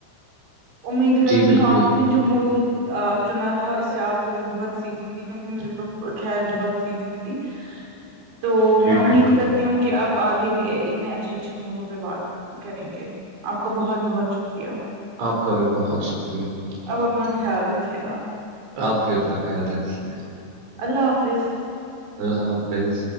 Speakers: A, on the right; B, on the right.
A: امید کرتی
B: جی بالکل
A: ہوں آپ نے جو موزوں چنا تھا اس سے آپ کو بھی بہت سیکھ ملی کیونکہ مجھے تو خیر بہت سیکھ ملی تو میں
B: جی
A: امید
B: بالکل
A: کرتی ہوں کہ آپ آگے بھی اتنے اچھے اچھے موضوع پہ بات کریں گے آپ کا بہت بہت شکریہ
B: آپ کا بھی بہت شکریہ
A: اب اپنا خیال رکھے گا
B: آپ بھی اپنا خیال رکھیے گا
A: اللہ حافظ
B: اللہ حافظ